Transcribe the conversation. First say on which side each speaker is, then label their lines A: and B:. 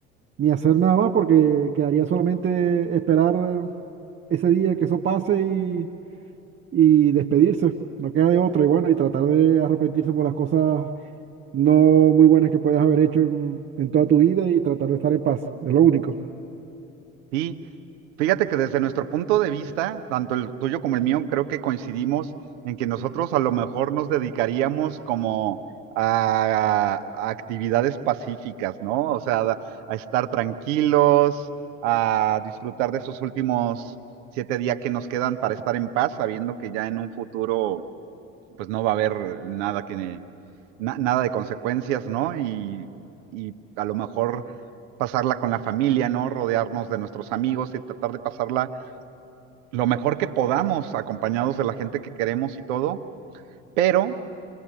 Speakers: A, on the right; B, on the right.
A: ni hacer nada más porque quedaría solamente esperar ese día que eso pase y, y despedirse, no queda de otra y bueno, y tratar de arrepentirse por las cosas no muy buenas que puedes haber hecho en en toda tu vida y tratar de estar en paz, es lo único.
B: Sí, fíjate que desde nuestro punto de vista, tanto el tuyo como el mío, creo que coincidimos en que nosotros a lo mejor nos dedicaríamos como a, a actividades pacíficas, ¿no? O sea, a, a estar tranquilos, a disfrutar de esos últimos siete días que nos quedan para estar en paz, sabiendo que ya en un futuro pues no va a haber nada que, na- nada de consecuencias, ¿no? Y, y a lo mejor pasarla con la familia, ¿no? Rodearnos de nuestros amigos y tratar de pasarla lo mejor que podamos, acompañados de la gente que queremos y todo, pero